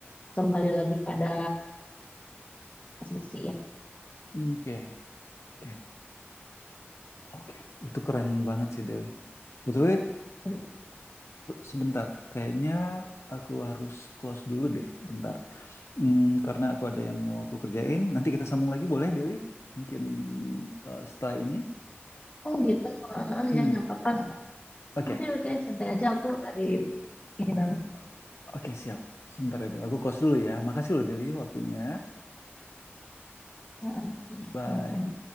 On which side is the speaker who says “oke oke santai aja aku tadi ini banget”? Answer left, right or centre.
Left